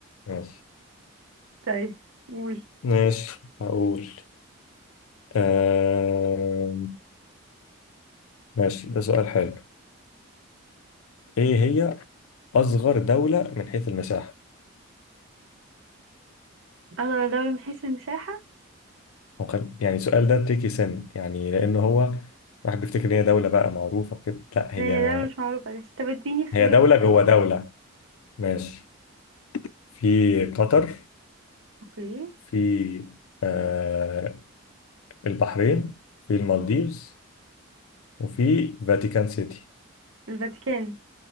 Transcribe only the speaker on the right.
طيب قول
أغلى دولة من حيث المساحة
لا هي دولة مش معروفة بس طب اديني اختيارات
كده
اوكي
الفاتيكان